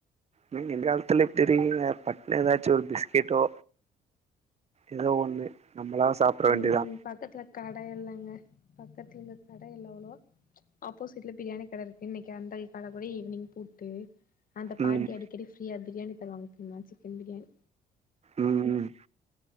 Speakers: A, on the right; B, on the left.
A: நீ இந்த காலத்துல இப்டி இருக்கீங்க பட்னு எதாச்சு ஒரு பிஸ்கெட்டோ எதோ ஒன்னு நம்ளா சாப்ட்ற
B: ம்
A: வேண்டிதா
B: பக்கத்துல கட இல்லங்க பக்கத்துல கட இல்ல அவ்ளோவா ஆப்போசிட்ல பிரியாணி கட இரு இன்னைக்கு அந்த கட கூடி ஈவினிங் பூட்டு அந்த பாட்டி
A: ம்
B: அடி கடி ஃப்ரீயா பிரியாணி தருவாங்க தெரிமா சிக்கன் பிரியாணி
A: ம்